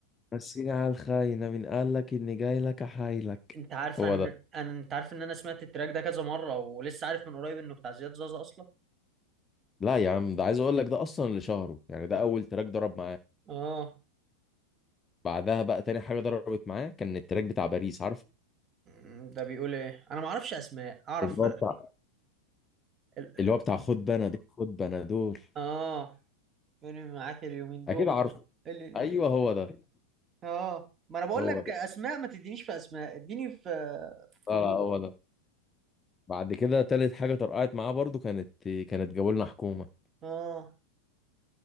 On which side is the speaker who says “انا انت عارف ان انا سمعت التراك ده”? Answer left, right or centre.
Right